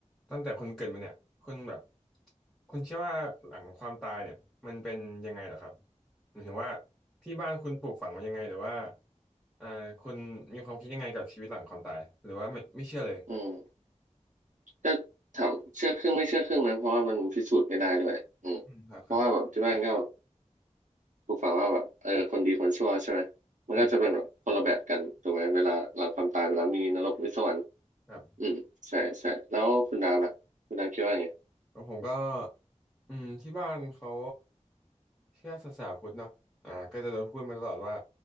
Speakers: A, in the centre; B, on the right (about 85°).
A: ตั้งแต่คุณเกิดมาเนี่ยคุณแบบคุณเชื่อว่าหลังความตายเนี่ยมันเป็นยังไงเหรอครับหมายถึงว่าที่บ้านคุณปลูกฝังมายังไงหรือว่าอ่าคุณมีความคิดยังไงกับชีวิตหลังความตายหรือว่าไม่ไม่เชื่อเลย
B: อืม ก็ถามเชื่อครึ่งไม่เชื่อครึ่งนะเพราะว่ามันพิสูจน์ไม่ได้ด้วยอืมเพราะว่าแบบที่บ้านก็
A: อืมครับครับ
B: ปลูกฝังว่าแบบเออคนดีคนชั่วใช่ไหมมันก็จะเป็นแบบคนละแบบกันถูกไหมเวลาหลังความตายไปแล้วมีนรกมีสวรรค์
A: อืมครับ
B: อืมใช่ใช่แล้วคุณดาวล่ะคุณดาวคิดว่าไง
A: แล้วผมก็อืมที่บ้านเขาเชื่อศาสนาพุทธเนาะอ่าก็จะโดนพูดมาตลอดว่า